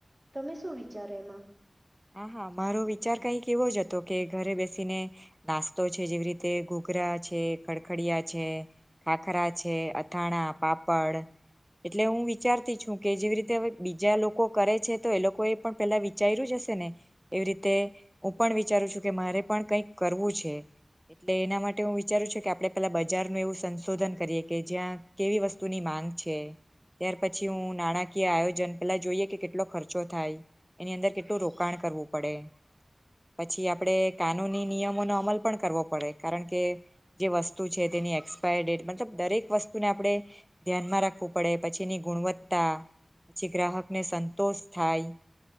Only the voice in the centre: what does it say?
હા હા મારો વિચાર કઈક એવો જ હતો કે ઘરે બેસીને નાસ્તો છે જેવી રીતે ઘોઘરા છે ખડખડીિયા છે ખાખરા છે અથાણા પાપડ એટલે હું વિચારતી છું કે જેવી રીતે બીજા લોકો કરે છે તો એ લોકો એ પણ પેલા વિચાર્યું જ હશે એવી રીતે હું પણ વિચારું છું કે મારે પણ કઈક કરવું છે એટલે એના માટે હું વિચારું છું કે આપે પેલા બજાર નું એવું સંશોધન કરીએ કે જ્યાં કેવી વસ્તુની માંગ છે ત્યાર પછી હું નાણાકીય આયોજન પેલા જોઈએ કે કેટલો ખર્ચો થાય એની અંદર કેટલોું રોક રોકાન કરવું પડે પછી આપણે કાનૂની નિયમોનોો અમલ પણ કરવો પડે કારણ કે જે વસ્તુ છે તેની એક્સપાયર ડેટ મતલબ દરેક વસ્તુને આપણે ધ્યાનમાં રાખવું પડે પછી એની ગુણવત્તા પછી ગ્રાહકને સંતોષ થાય